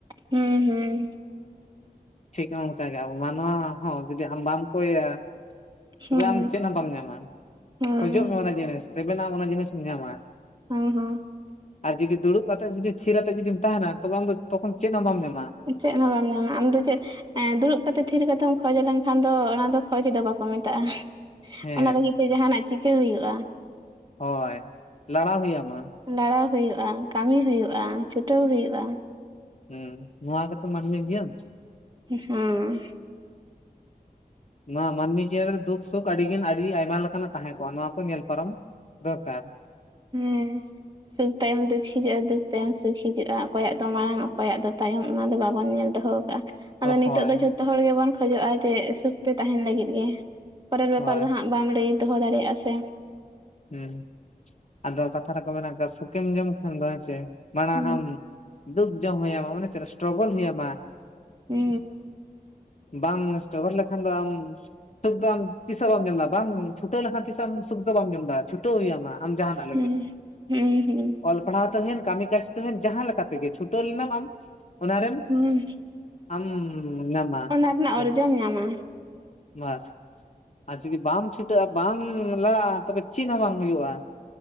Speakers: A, on the right (about 30°); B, on the left (about 50°).
A: ᱦᱩᱸ, ᱦᱩᱸ
B: ᱴᱷᱤᱠᱟᱢ ᱚᱱᱠᱟ ᱜᱮ ᱟᱵᱚ ᱢᱟᱱᱣᱟ ᱦᱚᱸ ᱡᱩᱫᱤ ᱟᱢ ᱵᱟᱢ ᱠᱚᱭᱟ᱾
A: ᱦᱩᱸ
B: ᱛᱚᱵᱮ ᱟᱢ ᱪᱮᱫ ᱦᱚᱸ ᱵᱟᱢ ᱧᱟᱢᱟ
A: ᱦᱩᱸ
B: ᱠᱷᱚᱡᱚᱜ ᱢᱮ ᱚᱱᱟ ᱡᱤᱱᱤᱥ ᱛᱚᱵᱮᱱᱟ ᱟᱢ ᱚᱱᱟ ᱡᱤᱱᱤᱥ ᱮᱢ ᱧᱟᱢᱟ᱾
A: ᱦᱮᱸ ᱦᱮᱸ
B: ᱟᱨ ᱡᱩᱫᱤ ᱫᱩᱲᱩᱵ ᱠᱟᱛᱮᱫ ᱡᱩᱫᱤ ᱛᱷᱤᱨ ᱟᱛᱮ ᱡᱩᱫᱤᱢ ᱛᱟᱦᱮᱱᱟ ᱛᱚᱵᱮ ᱟᱢ ᱫᱚ ᱛᱚᱠᱷᱚᱱ ᱪᱮᱫ ᱦᱚᱸ ᱵᱟᱢ ᱧᱟᱢᱟ᱾
A: ᱪᱮᱫ ᱦᱚᱸ ᱵᱟᱢ ᱧᱟᱢᱟ ᱟᱢ ᱫᱚ ᱪᱮᱫᱼᱼ ᱮ ᱫᱩᱲᱩᱵ ᱠᱟᱛᱮ ᱛᱷᱤᱨ ᱠᱟᱛᱮᱢ ᱠᱷᱚᱡ ᱞᱮᱱᱠᱷᱟᱱ ᱫᱚ ᱚᱱᱟ ᱫᱚ ᱠᱷᱚᱡ ᱫᱚ ᱵᱟᱠᱚ ᱢᱮᱛᱟᱜᱼᱟ᱾
B: ᱦᱮᱸ
A: ᱚᱱᱟ ᱞᱟᱹᱜᱤᱫ ᱛᱮ ᱡᱟᱦᱟ ᱱᱟᱜ ᱪᱤᱠᱟᱹ ᱦᱳᱭᱳᱜᱼᱟ᱾
B: ᱦᱳᱭ ᱞᱟᱲᱟᱣ ᱦᱳᱭ ᱟᱢᱟ
A: ᱞᱟᱲᱟᱣ ᱦᱳᱭᱳᱜᱼᱟ, ᱠᱟᱹᱢᱤ ᱦᱳᱭᱳᱜᱼᱟ, ᱪᱷᱩᱴᱟᱹᱣ ᱦᱳᱭᱳᱜᱼᱟ
B: ᱦᱮᱸ ᱱᱚᱣᱟ ᱜᱮᱛᱚ ᱢᱟᱹᱱᱢᱤ ᱡᱤᱭᱚᱱ
A: ᱦᱮᱸ
B: ᱱᱚᱣᱟ ᱢᱟᱹᱱᱢᱤ ᱡᱤᱭᱚᱱ ᱨᱮ ᱫᱩᱠ ᱥᱩᱠ ᱟᱹᱰᱤᱜᱟᱱ ᱟᱹᱰᱤ ᱟᱭᱢᱟ ᱞᱮᱠᱟᱱᱟᱜ ᱛᱟᱦᱮᱸ ᱠᱚᱜᱼᱟ ᱱᱚᱣᱟ ᱠᱚ ᱧᱮᱞ ᱯᱟᱨᱚᱢ ᱫᱚᱨᱠᱟᱨ
A: ᱦᱮᱸᱻ ᱥᱩᱠ ᱛᱟᱭᱚᱢ ᱫᱩᱠ ᱦᱤᱡᱩᱜᱼᱟ ᱫᱩᱠ ᱛᱟᱭᱚᱢ ᱥᱩᱠ ᱦᱤᱡᱩᱜᱼᱟ, ᱚᱠᱚᱭᱟᱜ ᱫᱚ ᱢᱟᱲᱟᱝ ᱚᱠᱚᱭᱟᱜ ᱫᱚ ᱛᱟᱭᱚᱢ ᱚᱱᱟ ᱫᱚ ᱵᱟᱵᱚᱱ ᱧᱮᱞ ᱫᱚᱦᱚᱸᱼᱼ ᱠᱟᱜᱼᱟ ᱟᱫᱚ ᱱᱤᱛᱚᱜ
B: ᱦᱳᱭ
A: ᱫᱚ ᱡᱷᱚᱛᱚ ᱦᱚᱲ ᱜᱮᱵᱚᱱ ᱠᱷᱚᱡᱚᱜᱼᱟ ᱡᱮ ᱥᱩᱠ ᱛᱮ ᱛᱟᱦᱮᱱ ᱞᱟᱹᱜᱤᱫ ᱜᱮ᱾ ᱯᱚᱨᱮᱨ ᱵᱮᱯᱟᱨ
B: ᱦᱳᱭ
A: ᱫᱚ ᱦᱟᱸᱜ ᱵᱟᱢ ᱞᱟᱹᱭ ᱫᱚᱦᱚ ᱫᱟᱲᱮ ᱟᱥᱮᱼᱼ
B: ᱦᱮᱸ ᱟᱫᱚ ᱠᱟᱛᱷᱟ ᱨᱮᱠᱚ ᱢᱮᱱᱠᱟᱜ-ᱟ ᱥᱩᱠᱮᱢ ᱧᱟᱢ ᱠᱷᱟᱱ ᱫᱚ ᱦᱮᱸ ᱪᱮ ᱢᱟᱲᱟᱝ
A: ᱦᱩᱸ
B: ᱟᱢ ᱫᱩᱠ ᱡᱚᱢ ᱦᱳᱭᱟᱢᱟ ᱢᱟᱱᱮ ᱪᱮᱫ ᱥᱴᱨᱚᱜᱚᱞ ᱦᱩᱭ ᱟᱢᱟ᱾
A: ᱩ
B: ᱵᱟᱢ ᱥᱴᱚᱜᱚᱞ ᱞᱮᱠᱷᱟᱱ ᱫᱚ ᱟᱢᱼᱼ ᱥᱩᱠ ᱫᱚ ᱟᱢ ᱛᱤᱥ ᱦᱚᱸ ᱵᱟᱢ ᱡᱚᱢᱫᱟ ᱵᱟᱢ ᱪᱷᱩᱴᱟᱹ ᱞᱮᱠᱷᱟᱱ ᱛᱤᱥ ᱦᱚᱸ ᱟᱢ ᱥᱩᱠ ᱫᱚ ᱵᱟᱢᱼᱼ ᱪᱷᱩᱴᱟᱹᱣ ᱦᱩᱭᱟᱢ ᱟᱢ ᱡᱟᱦᱟ ᱱᱟᱜ
A: ᱦᱩᱸ
B: ᱞᱟᱹᱜᱤᱫ
A: ᱦᱩᱸ ᱦᱩᱸ
B: ᱚᱞ ᱯᱟᱲᱦᱟᱣ ᱛᱮ ᱦᱩᱭᱮᱱ ᱠᱟᱹᱢᱤ ᱠᱟᱡᱽᱼᱼ ᱛᱮ ᱡᱟᱦᱟᱸ ᱞᱮᱠᱟ ᱛᱮᱜᱮ ᱪᱷᱩᱴᱟᱹᱣ ᱞᱮᱱᱟ ᱟᱢ ᱚᱱᱟ ᱨᱮᱱ
A: ᱦᱩᱸ
B: ᱟᱢᱼᱼ ᱦᱩᱸ ᱱᱟᱢᱟ
A: ᱚᱱᱟ ᱨᱮᱱᱟᱜ
B: ᱟ
A: ᱚᱨᱡᱚᱢ ᱧᱟᱢᱟ᱾
B: ᱵᱟᱥ ᱾ ᱟᱨ ᱡᱩᱫᱤ ᱵᱟᱢ ᱪᱷᱩᱴᱟᱹᱜᱼᱟ ᱵᱟᱢ ᱞᱟᱲᱟᱜᱼᱟ ᱛᱚᱵᱮ ᱪᱮᱫ ᱦᱚᱸ ᱵᱟᱝ ᱦᱩᱭᱩᱜᱼᱟ᱾